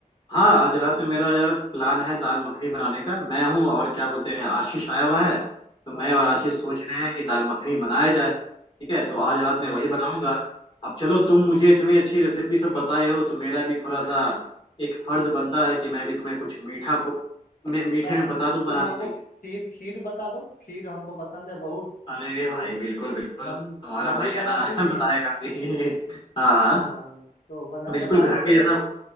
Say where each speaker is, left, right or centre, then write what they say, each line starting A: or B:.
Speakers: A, on the left; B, on the left.
A: हाँ आज रात में मेरा यार प्लान है दाल मखनी बनाने का मैं हूँ और क्या बोलते हैं आशीष आया हुआ है तो मैं
B: हाँ
A: और
B: हाँ
A: आशीष सोच रहे हैं कि दाल मखनी बनाया जाए ठीक है तो
B: हाँ
A: आज रात
B: हाँ
A: में वही बनाऊंगा अब चलो तुम मुझे इतनी अच्छी रेसिपी सब बताए हो तो मेरा भी थोड़ा सा एक फर्ज बनता है कि मैं भी तुम्हें कुछ मीठा ब- मे- मीठे
B: यार
A: में बता दूं बनाने
B: तुम हमको
A: के लिए
B: खीर खीर बता दो खीर हमको पसंद है बहुत
A: अरे
B: तो
A: भाई बिल्कुल बिल्कुल
B: मम
A: तुम्हारा
B: मम्मी
A: भाई है
B: बनाती
A: ना <laughs>
B: थी
A: बताएगा भी हाँ हाँ।
B: हाँ तो बना
A: बिल्कुल
B: बता
A: घर
B: दो अगर
A: के जैसा